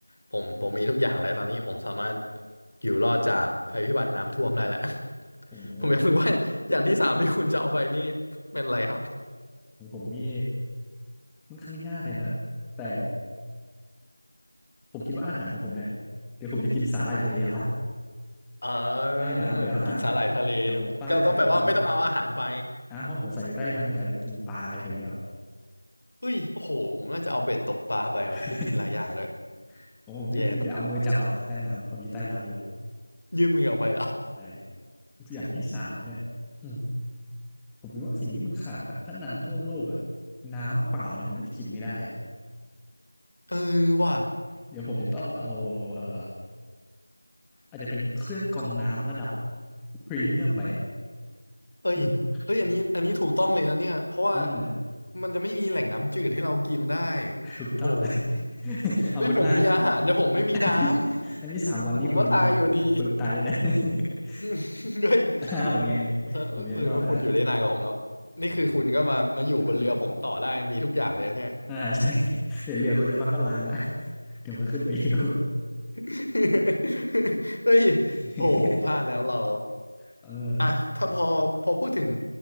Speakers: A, on the left (about 50°); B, in the centre.
A: ผมผมมีทุกอย่างแล้วตอนนี้ผมสามารถอยู่รอดจากภัยพิบัติน้ำท่วมได้แหละ <laughs>
B: โอ้โห
A: ผมอยากรู้ว่าอย่างที่สามที่คุณจะเอาไปนี่เป็นอะไรครับ
B: ของผมนี่มันค่อนข้างยากเลยนะแต่ผมคิดว่าอาหารของผมเนี่ยเดี๋ยวผมจะกินสาหร่ายทะเลเอา
A: เออ
B: <laughs> ใต้น้ำเดี๋ยวหา
A: กินสาหร่ายทะเล
B: แถวป้าแถวนั้นเอา
A: ก็ก็แปลว่าไม่ต้องเอาอาหารไป
B: อ้าวเพราะผมใส่อยู่ใต้น้ำอยู่แล้วเดี๋ยวกินปลาอะไรแถวนี้เอา
A: เฮ้ยโอ้โหผมน่าจะเอาเบ็ดตกปลาไปว่ะได้กินหลายอย่างเลย
B: <laughs> ผมผมนี่เดี๋ยวเอามือจับเอาใต้น้ำผมอยู่ใต้น้ำอยู่แล้ว
A: แย่ต่อยื่นมือออกไปเหรอ
B: ใช่อย่างที่สามเนี่ยอืมผมคิดว่าสิ่งที่มันขาดอะถ้าน้ำท่วมโลกอะน้ำเปล่าเนี่ยมันน่าจะกินไม่ได้
A: เออว่ะ
B: เดี๋ยวผมจะต้องเอาเอ่ออาจจะเป็นเครื่องกรองน้ำระดับพรีเมียมไป
A: เอ้ยเฮ้ยอันนี้อันนี้ถูกต้องเลยนะเนี่ยเพราะว่า
B: <clears throat> อืม
A: มันจะไม่มีแหล่งน้ำจืดให้เรากินได้
B: ถูกต้อง
A: โอ้โห
B: <laughs> เอาคุณพลาดนะ
A: เฮ้ยผมมีอาหารแต่ผมไม่มีน้ำ
B: <coughs> <laughs> อันนี้สามวันนี่คุณ
A: ผมก็ตายอยู่ดี
B: คุณตายแล้วเนะ <laughs>
A: <laughs> อืมเฮ้ย
B: อ่าเป็นไง
A: หรือว่าคุณอยู่ได้นานกว่าผมแล้วนี่คือคุณก็มามาอยู่บนเรือผมต่อได้มีทุกอย่างเลยนะเนี่ย
B: ผมยังรอดนะอ่า <coughs> อ่าใช่ <laughs> เดี๋ยวเรือคุณสักพักก็ล้างแล้ว <laughs> เดี๋ยวก็ขึ้นมาอยู่
A: <laughs> เฮ้ย
B: <laughs>
A: โหพลาดแล้วเรา
B: เออ
A: อ่ะถ้าพอพอพูดถึง